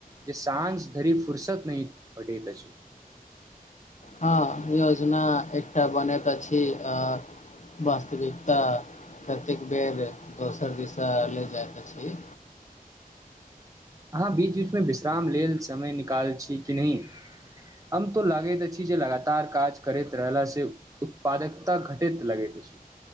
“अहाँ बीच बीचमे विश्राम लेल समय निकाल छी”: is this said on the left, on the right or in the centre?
Right